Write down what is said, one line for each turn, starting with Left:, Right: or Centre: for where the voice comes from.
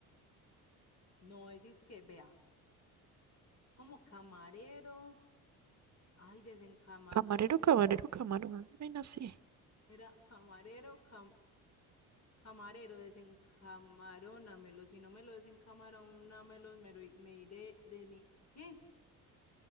Left: No, es, es que, vea, es como camarero, ay, desencamarón,
Right: Camarero, camarero, camarón, ven así.
Left: era camarero, cam- camarero, desencamarónamelo, si no me lo desencamarónamelo, me, lo i- me iré de mi, ¿qué?